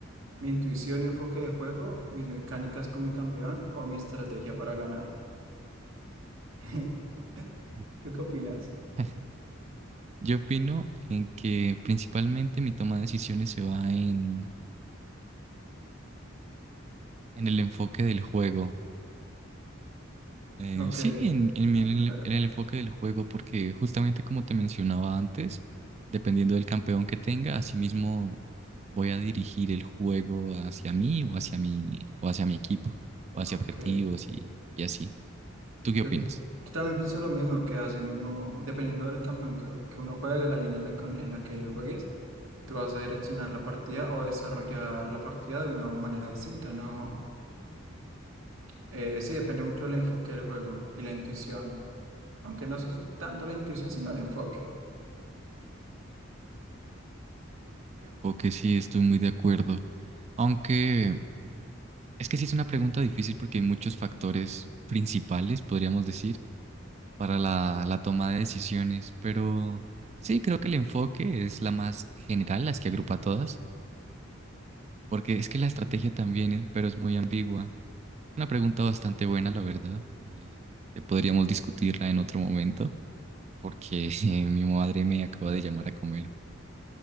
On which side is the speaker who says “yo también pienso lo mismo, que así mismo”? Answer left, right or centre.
Right